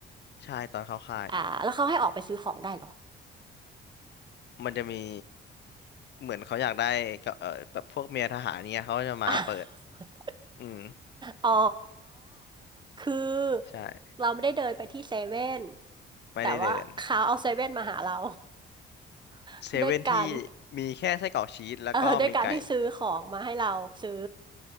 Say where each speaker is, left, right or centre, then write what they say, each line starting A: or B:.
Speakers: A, on the left (about 60°); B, on the right (about 20°).
A: ใช่ตอนเข้าค่าย
B: อ่าแล้วเขาให้ออกไปซื้อของได้เหรอ
A: มันจะมีเหมือนเขาอยากได้กับเออแบบพวกเมียทหารเนี่ยเขาก็จะมาเปิด
B: อ่ะ <laughs>
A: อืม
B: อ๋อคือ
A: ใช่
B: เราไม่ได้เดินไปที่เซเว่น
A: ไม่ได้เดิน
B: แต่ว่าเขาเอาเซเว่นมาหาเรา <laughs>
A: เซเว่นที่
B: ด้วยการ
A: มีแค่ไส้กรอกชีสแล้วก็มีไก่
B: เออด้วยการที่ซื้อของมาให้เราซื้อ